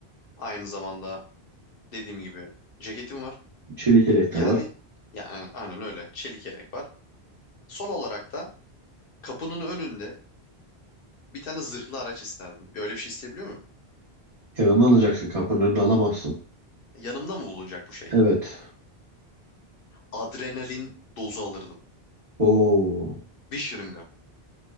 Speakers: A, on the left; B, on the right.
A: Aynı zamanda dediğim gibi ceketim var.
B: Çelik yelek
A: Yani
B: de var.
A: yani aynen öyle. Çelik yelek var. Son olarak da kapının önünde bir tane zırhlı araç isterdim. Öyle bir şey isteyebiliyor muyum?
B: Yanına alacaksın kapının önüne alamazsın.
A: Yanımda mı bulunacak bu şey?
B: Evet.
A: Adrenalin dozu alırdım.
B: Oo.
A: Bir şırınga.